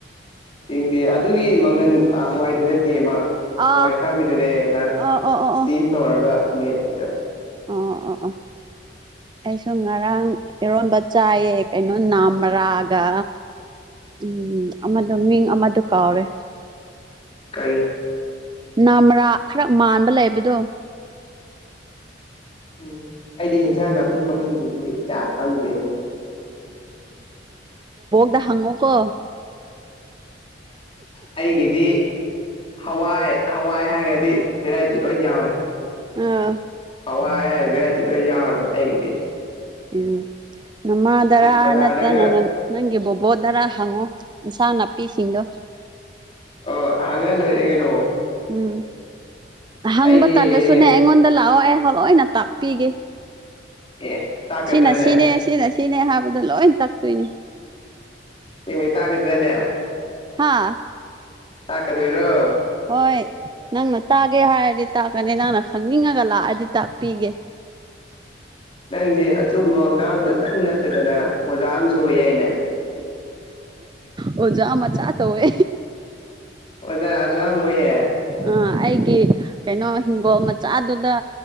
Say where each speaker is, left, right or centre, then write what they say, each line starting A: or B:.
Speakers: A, on the left; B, on the right.
A: ꯇꯤꯡꯗꯦ ꯑꯗꯨꯒꯤ ꯃꯪꯒꯟ ꯑ ꯍꯋꯥꯏꯗꯨ ꯅꯠꯇꯦ ꯃ
B: ꯑꯥ
A: ꯍꯋꯥꯏ ꯑꯁꯥꯡꯕꯤꯗꯨꯅꯦ ꯑ
B: ꯑꯣ ꯑꯣ ꯑꯣ
A: ꯁ꯭ꯇꯤꯝ ꯇꯧꯔꯒ ꯃꯦꯠꯄꯤꯗꯣ
B: ꯑꯣ ꯑꯣ ꯑꯣ ꯑꯣ ꯑꯩꯁꯨ ꯉꯔꯥꯡ ꯏꯔꯣꯟꯕ ꯆꯥꯏꯌꯦ ꯀꯩꯅꯣ ꯅꯥꯝꯃꯔꯥꯒ ꯎꯝ ꯑꯃꯗꯣ ꯃꯤꯡ ꯑꯃꯗꯣ ꯀꯥꯎꯔꯦ
A: ꯀꯔꯤ
B: ꯅꯥꯝꯃꯔꯥ ꯈꯔ ꯃꯥꯟꯕ ꯂꯩꯕꯗꯣ
A: ꯎꯝ ꯑꯩꯗꯤ ꯏꯟꯁꯥꯡ ꯅꯥꯄꯤ ꯃꯃꯤꯡꯁꯤꯗꯤ ꯀꯌꯥ ꯈꯪꯗꯦꯅꯦ
B: <unintelligible> ꯍꯪꯉꯣꯀꯣ
A: ꯑꯩꯒꯤꯗꯤ ꯍꯋꯥꯏ ꯍꯋꯥꯏ ꯍꯥꯏꯔꯗꯤ ꯚꯦꯔꯥꯏꯇꯤ ꯂꯣꯏ ꯌꯥꯎꯔꯦ
B: ꯑꯥ
A: ꯍꯋꯥꯏ ꯍꯥꯏꯔ ꯚꯦꯔꯥꯏꯇꯤ ꯂꯣꯏ ꯌꯥꯎꯑꯦꯕ ꯑꯩꯒꯤꯗꯤ
B: ꯎꯝ ꯅꯃꯥꯗꯔ
A: ꯕꯖꯥꯔꯗꯒ
B: ꯅꯠꯇ꯭ꯔ ꯅꯪ ꯅꯪꯒꯤ ꯕꯣꯕꯣꯗꯔ ꯍꯪꯉꯣ ꯏꯟꯁꯥꯡ ꯅꯥꯄꯤꯁꯤꯡꯗꯣ
A: ꯑꯣ ꯍꯪꯉ ꯂꯣꯏꯔꯦ ꯀꯩꯅꯣ
B: ꯎꯝ ꯍꯪꯕ
A: ꯑꯩꯗꯤ
B: ꯇꯜꯂꯁꯨꯅꯦ
A: ꯍꯦꯛ ꯍꯦꯛ
B: ꯑꯩꯉꯣꯟꯗ ꯂꯥꯛꯑꯣ ꯑꯩ ꯍꯂꯣꯏꯅ ꯇꯥꯛꯄꯤꯒꯦ
A: ꯑꯦ ꯇꯥꯛꯀꯗ꯭ꯔꯅꯦ
B: ꯁꯤꯅ ꯁꯤꯅꯦ ꯁꯤꯅ ꯁꯤꯅꯦ ꯍꯥꯏꯕꯗꯣ ꯂꯣꯏ ꯇꯥꯛꯇꯣꯏꯅꯤ
A: ꯁꯦꯡꯕꯩ ꯇꯥꯛꯀꯗ꯭ꯔꯅꯦ
B: ꯍꯥꯥ
A: ꯇꯥꯛꯀ ꯗꯨꯏꯔꯣ
B: ꯍꯣꯏ ꯅꯪꯅ ꯇꯥꯒꯦ ꯍꯥꯏꯔꯗꯤ ꯇꯥꯛꯀꯅꯤ ꯅꯪꯅ ꯈꯪꯅꯤꯡꯉꯒ ꯂꯥꯛꯑꯗꯤ ꯇꯥꯛꯄꯤꯒꯦ
A: ꯅꯪꯁꯦ ꯑꯆꯨꯝꯕꯣ ꯉꯥꯡꯕꯇꯪ ꯅꯠꯇꯗꯅ ꯑꯣꯖꯥ ꯑꯃꯁꯨ ꯑꯣꯏ ꯌꯥꯏꯅꯦ
B: ꯑꯣꯖ ꯃꯥꯆꯥ ꯇꯧꯏ
A: ꯑꯣꯖ ꯃꯆꯥ ꯑꯣꯌꯦ
B: ꯑ ꯑꯩꯒꯤ ꯀꯩꯅꯣ ꯍꯤꯡꯒꯣꯜ ꯃꯆꯥꯗꯨꯗ